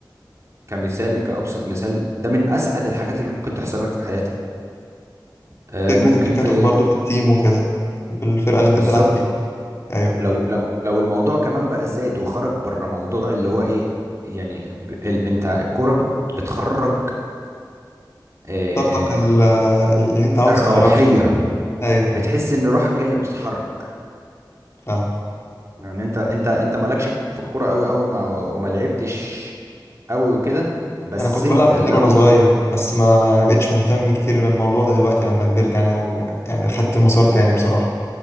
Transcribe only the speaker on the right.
كمثال كأبسط مثال ده من اسعد الحاجات اللي ممكن تحصل لك في حياتك آه،
ممكن
في
بالظبط
لو لو لو الموضوع كمان بقى زاد وخرج بره موضوع اللي هو ايه يعني ب- ال انت الكوره بت- بتخرج آه
الروحيه
بتحس ان روحك هي اللي بتتحرك
يعني انت انت انت مالكش في الكوره قوي او ما وما لعبتش قوي وكده بس
انت
لو